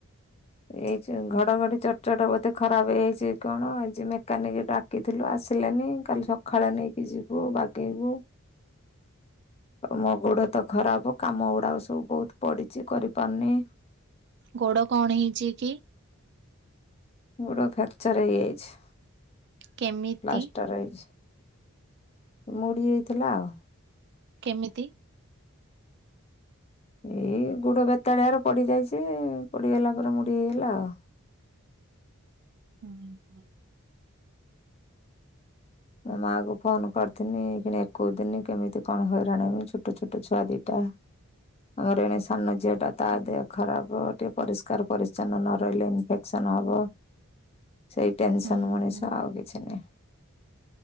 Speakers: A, on the left; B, on the right.
A: ଏଇ ଯୋଉ ଘଡଘଡି ଚଟ ଚଟ ବୋଧେ ଖରାପ ହେଇଛି କଣ ଏ ଆଜି ମେକାନିକ ଡାକି ଥିଲୁ ଆସିଲେନି କାଲି ସକାଳେ ନେଇକି ଯିବୁ ବାଗେଇବୁ। ମୋ ଗୋଡ ତ ଖରାପ କାମ ଗୁଡାକ ସବୁ ବହୁତ ପଡିଛି କରିପାରୁନି।
B: ଗୋଡ କଣ ହେଇଛି କି।
A: ଗୋଡ ଫ୍ରେକ୍ଚର ହେଇଯାଇଛି
B: କେମିତି
A: ପ୍ଲାଷ୍ଟଟର ହେଇଛି। ମୁଡି ହେଇଥିଲା ଆଉ।
B: କେମିତି।
A: ଏଇ ଗୁଡ ବେତାଳିଆରେ ପଡିଯାଇଛି ପଡିଗଲା ପରେ ମୋଡି ହେଇଗଲା ଆଉ।
B: <inaudible>
A: ମା କୁ ଫୋନ୍ କରିଥିଲି କି ଏକୋଇଶି ଦିିନି କେମିତି। କଣ ହଇରାଣ ଛୋଟ ଛୋଟ ଛୁଆ ଦିଟା ଆମର ଏଣେ। ସାନ ଝିଅ ଟା ତା ଦେହ ଖରାପ ଟିକେ ପରିଷ୍କାର ପରିଛନ୍ନ ନ ରହିଲେ ଇନଫେକ୍ସନ ହବ ସେଇ ଟେନସନ
B: ହୁଁ
A: ମଣିଷ
B: ହୁଁ
A: ଆଉ କିଛି ନହିଁ।